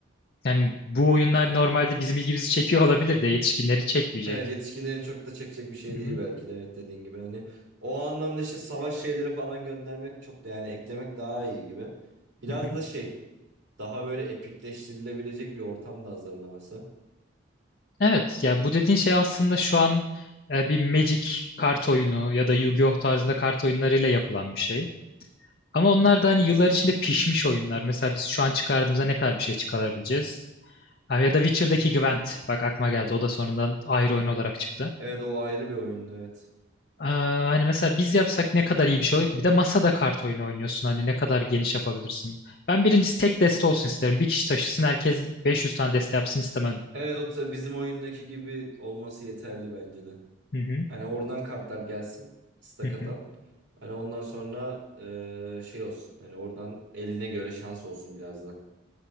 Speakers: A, on the left; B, on the right.
A: yani bu oyunlar normalde bizim ilgimizi çekiyor olabilir de yetişkinleri çekmeyecek.
B: Evet yetişkinlerin çok da çekecek bir şey
A: Hı
B: değil
A: hı,
B: belki de evet dediğin gibi. Hani o anlamda işte savaş şeyleri falan göndermek çok da yani eklemek daha iyi gibi. Biraz
A: hı hı.
B: da şey daha böyle epikleştirilebilecek bir ortam da hazırlaması.
A: Evet ya bu dediğin şey aslında şu an e, bir Magic kart oyunu ya da Yu-Gi-Oh tarzında kart oyunlarıyla yapılan bir şey. Ama onlar da hani yıllar içinde pişmiş oyunlar. Mesela biz şu an çıkardığımızda ne kadar bir şey çıkarabileceğiz? Ha, Ya da Witcher'daki Gwent. Bak aklıma geldi. O da sonradan ayrı oyun olarak çıktı.
B: Evet o ayrı bir oyundu evet.
A: Ee, hani mesela biz yapsak ne kadar iyi bir şey olur ki? Bir de masada kart oyunu oynuyorsun. Hani ne kadar geniş yapabilirsin. Ben birincisi tek deste olsun isterim. Bir kişi taşısın herkes 500 tane deste yapsın istemem.
B: Evet o ta- bizim oyundaki gibi olması yeterli bence de.
A: Hı hı,
B: Hani oradan kartlar gelsin stakadan.
A: hı hı.
B: Hani ondan sonra eee, şey olsun. Hani oradan eline göre şans olsun biraz da.